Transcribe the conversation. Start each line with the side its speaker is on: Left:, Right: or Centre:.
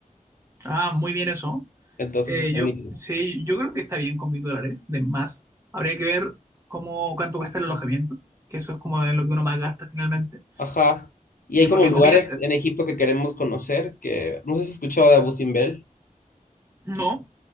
Right: Ah, muy bien eso.
Left: Entonces
Right: Eh,
Left: es
Right: yo,
Left: buenísimo.
Right: sí, yo creo que está bien con mil dólares de más. Habría que ver cómo, cuánto cuesta el alojamiento, que eso es como de lo que uno más gasta finalmente.
Left: Ajá. Y
Right: Eh,
Left: hay
Right: porque
Left: como
Right: en
Left: lugares
Right: comidas.
Left: en Egipto que queremos conocer, que no sé si has escuchado de Abu Simbel.
Right: No,